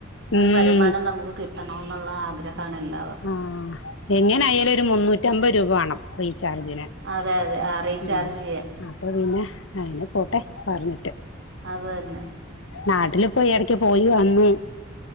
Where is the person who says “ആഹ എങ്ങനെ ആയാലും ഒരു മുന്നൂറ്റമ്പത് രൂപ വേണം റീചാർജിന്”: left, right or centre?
Left